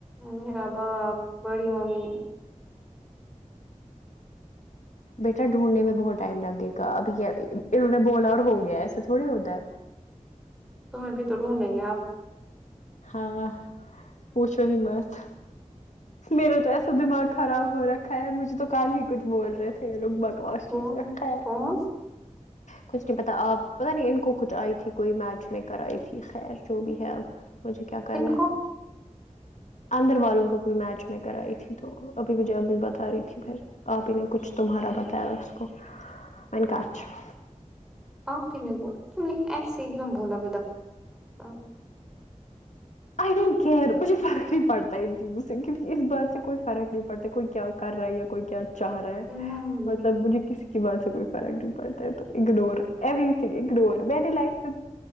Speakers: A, in the centre; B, on the left (about 65°).
A: میرا باپ بڑی ممی
B: بیٹا ڈھونڈنے میں بہت ٹائم لگے گا اب انہوں نے بولا اور ہو گیا ایسے تھوڑی ہوتا ہے
A: تمہیں بھی تو ڈھونڈیں گے اب
B: ہاں پوچھو ہی مت میرا تو ایسا دماغ خراب ہو رکھا ہے مجھے تو کل ہی کچھ بول رہے تھے یے لوگ بکواس
A: کون
B: چیزیں خیر
A: کون
B: کچھ نہیں پتا آپ پتہ نہیں ان کو کچھ آئی تھی کوئی میچ لےکر آئی تھی خیر جو بھی ہے اب مجھے کیا کرنا
A: ان کو
B: ہے اندر والوں کو کوئی میچ لےکر آئی تھی تو ابھی مجھے امی بتا رہی تھی پھر آپی نے کچھ تمہارا بتایا اس کو میں نے کہا اچھا
A: آپ ہی نہیں بولا پھر میں ایسے ایک دم بولا <unintelligible>
B: آئی ڈونٹ کیئر مجھے فرق نہیں پڑتا ہے جس انگل سے اس بات سے کوئی فرق نہیں پڑتا کوئی کیا کر رہا ہے یہ کوئی کیا چاہ رہا ہے
A: نہیں
B: مطلب مجھے کسی کی بات سے کوئی فرق نہیں پڑتا ہے تو اگنور ایوری تھنگ اگنور میری لائف